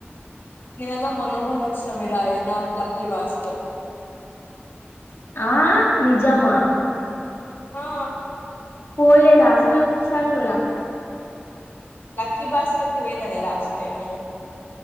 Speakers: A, on the left; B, on the left.
A: గిదేదో మొన్న మొన్న వచ్చిన మిరాయే నాట్ లక్కీ భాస్కర్
B: ఆ నిజమా?
A: ఆ
B: పోలేద అసల్ ఒక సార్ గుడా
A: లక్కీ భాస్కర్కి పోయిననే లాస్ట్ టైము